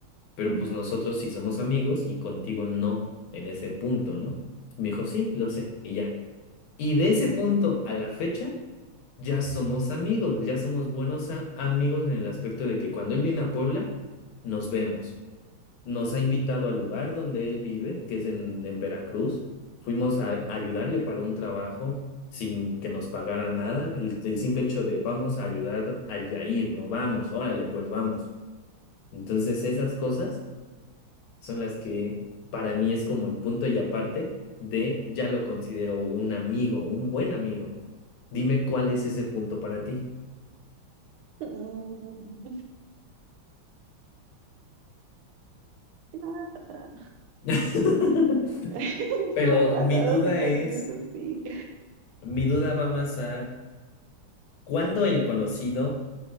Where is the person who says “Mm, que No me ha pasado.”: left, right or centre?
Right